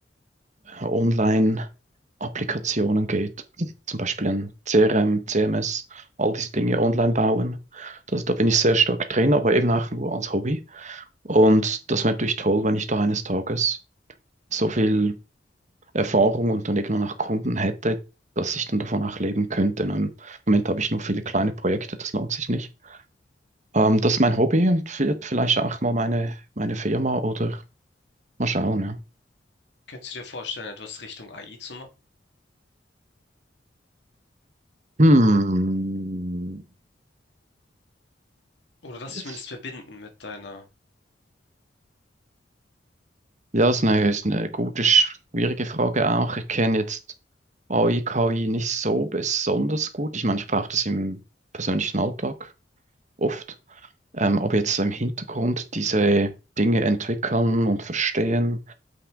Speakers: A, on the right; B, on the left.
A: äh, Online-Applikationen geht, zum Beispiel ein CRM, CMS, all diese Dinge online bauen. Das, da bin ich sehr stark drin, aber eben auch nur als Hobby. Und das wäre natürlich toll, wenn ich da eines Tages so viel Erfahrung und dann irgendwann auch Kunden hätte, dass ich dann davon auch leben könnte. Und Im Moment habe ich nur viele kleine Projekte, das lohnt sich nicht. Ähm, das ist mein Hobby und wird vielleicht auch mal meine, meine Firma oder mal schauen. Ja.
B: Könntest du dir vorstellen, etwas Richtung AI zu machen?
A: Hm.
B: Oder das
A: Yes.
B: zumindest verbinden mit deiner,
A: Ja, ist eine, ist eine gute, schwierige Frage auch. Ich kenne jetzt AI, KI nicht so besonders gut. Ich meine, ich brauche das im persönlichen Alltag oft. Ähm, ob jetzt so im Hintergrund diese Dinge entwickeln und verstehen,